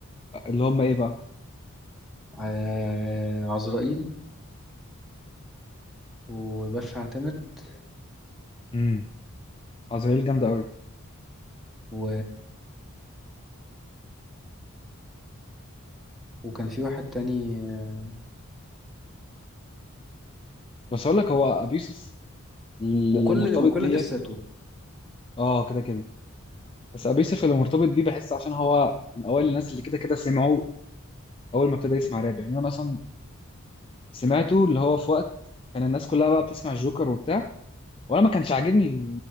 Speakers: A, on the left; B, in the centre.
A: اللي هم ايه بقى
B: آه، عزرائيل وباشا اعتمد
A: امم عزرائيل جامده قوي
B: و... وكان في واحد تاني آه،
A: بس اقول لك هو ابي يوسف اللي
B: وكل
A: مرتبط
B: وكل
A: بيه
B: دساته
A: اه كده كده بس ابي يوسف اللي مرتبط بيه بحس عشان هو من اوائل الناس اللي كده كده سمعوا اول ما ابتدى يسمع راب يعني انا مثلا سمعته اللي هو في وقت كان الناس كلها بقى بتسمع الجوكر وبتاع وانا ما كانش عاجبني